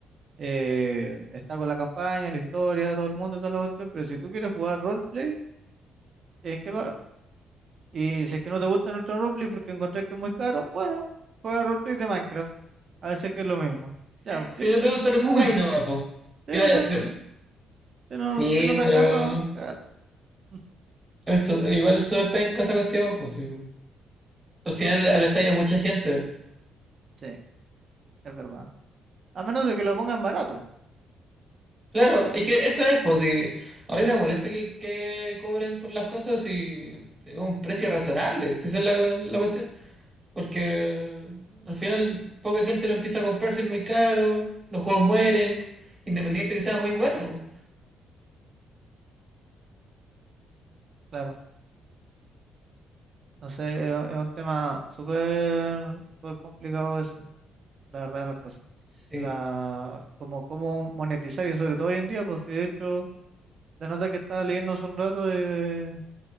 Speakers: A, on the right; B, on the right.
A: eh, está con la campaña, la historia, todo el mundo y toda la cuestión, pero si tú quieres jugar roleplay, tienes que pagar. Y si es que no te gusta nuestro roleplay porque encontrás que es muy caro, bueno, juega roleplay de Minecraft. A ver si es que es lo mismo. Ya, pues,
B: Si
A: ¿viste?
B: no te gusta, no
A: <laughs>
B: jugáis nomás, pues.
A: Sí,
B: ¿Qué
A: o
B: vas
A: sea,
B: a hacer?
A: si no,
B: Sí,
A: si no te
B: pero
A: alcanza, cagaste. <laughs>
B: es su- igual es súper penca esa cuestión, pues. sí. Al final alejáis a mucha gente.
A: Sí, es verdad. A menos de que lo pongan barato,
B: Claro, es que eso es, pues. Si a mí no me molesta que, que cobren por las cosas y es un precio razonable, si esa es la, la cuestión. Porque al final poca gente lo empieza a comprar si es muy caro, los juegos mueren, independiente que sea muy bueno.
A: claro. No sé, es, es un tema súper súper complicado eso, la verdad de las cosas.
B: Sí.
A: La, como cómo monetizar y sobre todo hoy en día, pues si de hecho, la nota que estaba leyendo hace un rato de,